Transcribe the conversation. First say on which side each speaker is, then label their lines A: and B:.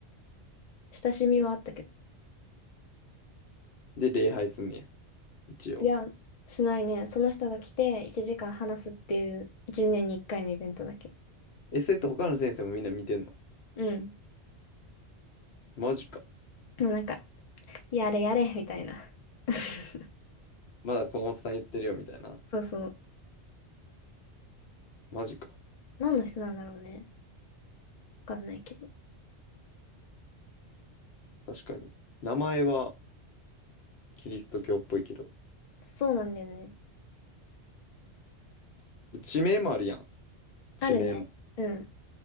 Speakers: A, on the left; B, on the left.
A: 親しみはあったけど。
B: で、礼拝すんねや。一応。
A: いや、しないね。その人が来て、1時間話すっていう、1年に1回のイベントだけ。
B: え、それって他の先生もみんな見てんの
A: うん。
B: マジか。
A: でもなんか、やれやれ、みたいな。<laughs>
B: まだこのおっさん言ってるよ、みたいな。
A: そうそう。
B: マジか。
A: 何の人なんだろうね。わかんないけど。
B: 確かに。名前はキリスト教っぽいけど。
A: そうなんだよね。
B: 地名もあるやん。地名も。
A: あるね。うん。